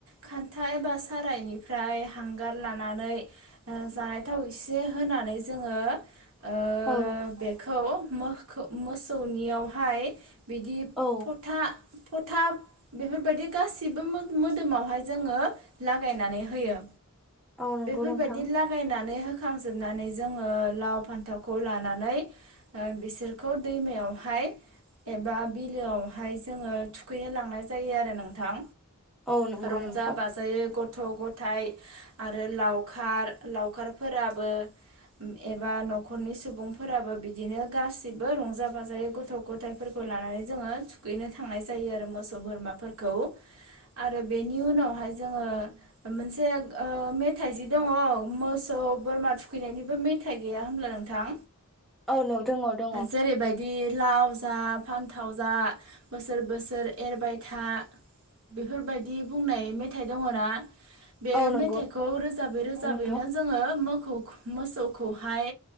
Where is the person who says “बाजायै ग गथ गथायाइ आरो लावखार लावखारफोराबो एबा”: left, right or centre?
Right